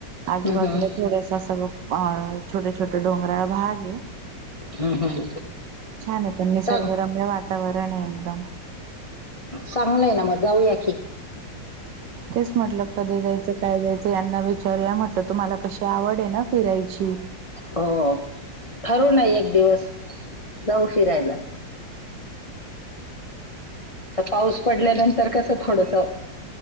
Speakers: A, on the right; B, on the left.
A: आजूबाजूला
B: हम्म, हम्म.
A: थोडस सगळं अ छोटे छोटे डोंगराळा भाग आहे
B: हम्म, हम्म.
A: छान आहे पण निसर्गरम्य
B: चांग
A: वातावरण आहे एकदम
B: सांगलंय ना मग जाऊया की
A: तेच म्हटलं कधी जायचं काय जायचं यांना विचारू या म्हटलं तुम्हाला कशी आवड आहे ना फिरायची.
B: हो ठरू ना एक दिवस जाऊ फिरयला तर पाऊस पड ल्यानंतर कसं थोडस अ